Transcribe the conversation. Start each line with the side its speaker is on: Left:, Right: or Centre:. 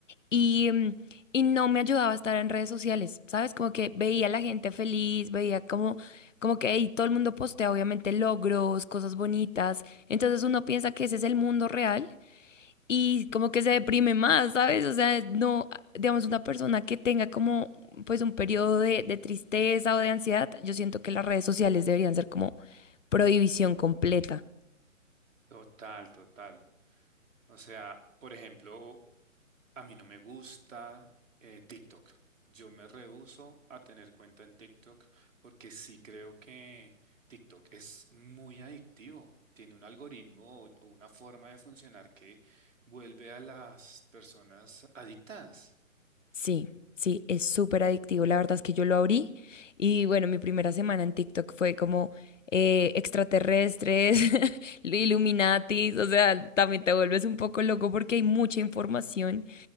Left: y, mm, y no me ayudaba a estar en redes sociales, ¿sabes? Como que veía a la gente feliz, veía como, como que ahí todo el mundo postea obviamente logros, cosas bonitas. Entonces uno piensa que ese es el mundo real y como que se deprime más, ¿sabes? O sea, no, digamos, una persona que tenga como pues un periodo de, de tristeza o de ansiedad, yo siento que las redes sociales deberían ser como prohibición completa.
Right: Total, total. O sea, por ejemplo, A mí no me gusta eh, TikTok. Yo me rehúso a tener cuenta en TikTok porque sí creo que TikTok es muy adictivo. Tiene un algoritmo o, o una forma de funcionar que vuelve a las personas adictas.
Left: Sí, sí, es súper adictivo. La verdad es que yo lo abrí y bueno, mi primera semana en TikTok fue como eh, extraterrestres, <laughs> Illuminatis, o sea, también te vuelves un poco loco porque hay mucha información